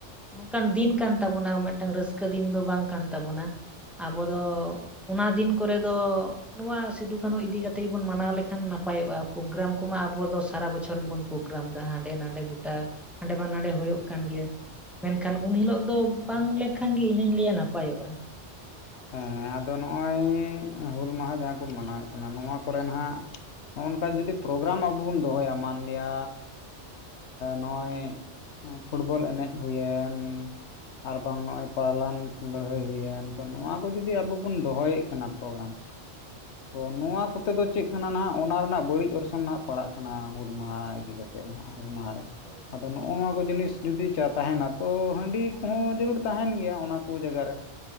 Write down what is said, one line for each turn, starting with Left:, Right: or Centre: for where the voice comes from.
Centre: ᱱᱚᱝᱠᱟᱱ ᱫᱤᱱ ᱠᱟᱱ ᱛᱟᱵᱚᱱᱟ ᱢᱤᱫᱴᱟᱝ ᱨᱟᱹᱥᱠᱟᱹ ᱫᱤᱱ ᱫᱚ ᱵᱟᱝ ᱠᱟᱱ ᱛᱟᱵᱚᱱᱟ ᱟᱵᱚ ᱫᱚ ᱚᱱᱟ ᱫᱤᱱ ᱠᱚᱨᱮ ᱫᱚ ᱱᱚᱣᱟ ᱥᱤᱫᱩ ᱠᱟᱹᱱᱦᱩ ᱤᱫᱤ ᱠᱟᱛᱮ ᱜᱮᱵᱚᱱ ᱢᱟᱱᱟᱣ ᱞᱮᱠᱷᱟᱱ ᱱᱟᱯᱟᱭᱚᱜ-ᱟ ᱯᱨᱳᱜᱨᱟᱢ ᱠᱚᱢᱟ ᱟᱵᱚ ᱥᱟᱨ ᱵᱚᱪᱷᱚᱨ ᱜᱮᱵᱚᱱ ᱯᱨᱳᱜᱨᱟᱢ ᱮᱫᱟ ᱦᱟᱸᱰᱮ ᱱᱟᱰᱮ ᱜᱚᱴᱟ ᱦᱟᱸᱰᱮ ᱵᱟᱝ ᱱᱟᱰᱮ ᱦᱩᱭᱩᱜ ᱠᱟᱱ ᱜᱮᱭᱟ ᱢᱮᱱᱠᱷᱟᱱ ᱩᱱ ᱦᱤᱞᱚᱜ ᱫᱚ ᱵᱟᱝ ᱞᱮᱱᱠᱷᱟᱱ ᱜᱮ ᱤᱧ ᱦᱩᱧ ᱞᱟᱹᱭᱟ ᱱᱟᱯᱟᱭᱚᱜ-ᱟ
Left: ᱦᱮᱸ ᱟᱫᱚ ᱱᱚᱜ-ᱚᱭ ᱦᱩᱞ ᱢᱟᱦᱟ ᱡᱟᱦᱟᱸ ᱵᱚᱱ ᱢᱟᱱᱟᱣᱮᱫ ᱠᱟᱱᱟ ᱱᱚᱣᱟ ᱠᱚᱨᱮ ᱱᱟᱜ ᱱᱚᱜ-ᱚ ᱱᱚᱝᱠᱟ ᱡᱩᱫᱤ ᱯᱨᱳᱜᱨᱟᱢ ᱟᱵᱚ ᱵᱚᱱ ᱫᱚᱦᱚᱭᱟ ᱢᱟᱱᱞᱤᱭᱟ ᱱᱚᱜ-ᱚᱭ ᱯᱷᱩᱴᱵᱚᱞ ᱮᱱᱮᱡ ᱦᱩᱭᱮᱱ ᱟᱨ ᱵᱟᱝ ᱱᱚᱜ-ᱚᱭ ᱯᱟᱣᱞᱟᱱ ᱞᱟᱹᱲᱦᱟᱹᱭ ᱦᱩᱭ ᱮᱱ ᱛᱚ ᱱᱚᱣᱟ ᱠᱚ ᱡᱩᱫᱤ ᱟᱵᱚ ᱵᱚᱱ ᱫᱚᱦᱚᱭᱮᱫ ᱠᱟᱱᱟ ᱯᱨᱳᱜᱨᱟᱢ ᱛᱚ ᱱᱚᱣᱟ ᱠᱚᱛᱮ ᱫᱚ ᱪᱮᱫ ᱠᱟᱱᱟ ᱱᱟᱦᱟᱜ ᱚᱱᱟ ᱨᱮᱱᱟᱜ ᱵᱟᱹᱲᱤᱡ ᱚᱨᱥᱚᱝ ᱱᱟᱦᱟᱜ ᱯᱟᱲᱟᱜ ᱠᱟᱱᱟ ᱦᱩᱞ ᱢᱟᱦᱟ ᱤᱫᱤ ᱠᱟᱛᱮ ᱱᱷᱟᱜ ᱦᱩᱞ ᱢᱟᱦᱟ ᱨᱮ
Centre: ᱦᱳᱭ
Left: ᱟᱫᱚ ᱱᱚᱜ-ᱚ
Centre: ᱦᱳᱭ
Left: ᱱᱚᱣᱟ ᱠᱚ ᱡᱤᱱᱤᱥ ᱡᱩᱫᱤ ᱪᱟ ᱛᱟᱦᱮᱱᱟ ᱛᱚ ᱦᱟᱺᱰᱤ ᱠᱚᱦᱚᱸ ᱡᱟᱹᱨᱩᱲ ᱛᱟᱦᱮᱱ ᱜᱮᱭᱟ ᱚᱱᱟ ᱠᱚ ᱡᱟᱭᱜᱟ ᱨᱮ